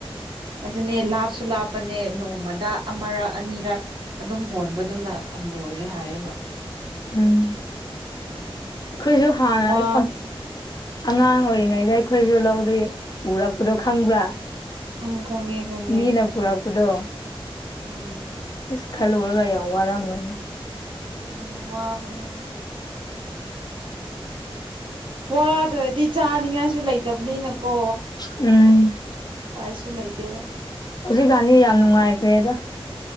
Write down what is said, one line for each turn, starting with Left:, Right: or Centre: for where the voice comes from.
Right: ꯑꯗꯨꯅꯦ ꯂꯥꯞꯁꯨ ꯂꯥꯞꯄꯅꯦ ꯅꯣꯡꯃꯗ ꯑꯃꯔꯛ ꯑꯅꯤꯔꯛ ꯑꯗꯨꯝ ꯍꯣꯟꯕꯗꯨꯅ ꯂꯣꯏꯔꯦ ꯍꯥꯏꯌꯦꯕ
Left: ꯎꯝ
Right: ꯎꯝ
Left: ꯈꯣꯏꯁꯨ ꯍꯥꯥ
Right: ꯋꯥꯕꯁꯦ
Left: ꯑꯉꯥꯡ ꯑꯣꯏꯔꯤꯉꯩꯗ ꯑꯩꯈꯣꯏꯁꯨ ꯂꯧꯗ ꯎꯔꯛꯄꯗꯣ ꯈꯪꯕ꯭ꯔꯥ
Right: ꯎꯝ ꯈꯪꯉꯦ ꯈꯪꯉꯦ
Left: ꯃꯤꯅ ꯄꯨꯔꯛꯄꯗꯣ
Right: ꯎꯝ
Left: ꯑꯁꯀꯜ ꯔꯒꯥꯏ ꯋꯥꯔꯪꯅꯤ
Right: ꯎꯝ ꯋꯥꯕꯅꯦꯕ ꯋꯥꯗ꯭ꯔꯗꯤ ꯆꯥꯅꯤꯉꯥꯏꯁꯨ ꯂꯩꯇꯕꯅꯤꯅꯀꯣ
Left: ꯎꯝ
Right: ꯄꯥꯏꯁꯨ ꯂꯩꯇꯦꯕ
Left: ꯍꯧꯖꯤꯛꯀꯥꯟꯅꯤ ꯌꯥꯝ ꯅꯨꯡꯉꯥꯏꯇ꯭ꯔꯦꯗ